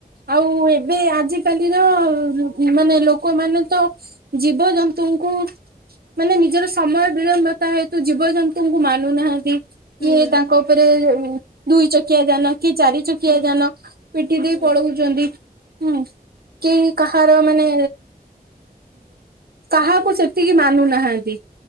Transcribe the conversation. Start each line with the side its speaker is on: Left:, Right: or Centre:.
Right: ଆଉ ଏ ଏବେ ଆଜିକାଲିର ମାନେ ଲୋକମାନେ ତ ଜୀବଜନ୍ତୁଙ୍କୁ ମାନେ ନିଜର ସମୟ ବିଳମ୍ବତା ହେତୁ ଜୀବଜନ୍ତୁଙ୍କୁ ମାନୁନାହାନ୍ତି କି
Left: ହୁଁ
Right: ତାଙ୍କ ତାରେ ଦୁଇ ଚକିଆ ଯାନ କି ଚାରି ଚକିଆ
Left: ହୁଁ
Right: ଯାନ ପିଟି ଦେଇ
Left: ହୁଁ।
Right: ପଳଉଚନ୍ତି। ହୁଁ କି କାହାର ମାନେ କାହାକୁ ସେତିକି ମାନୁନାହାନ୍ତି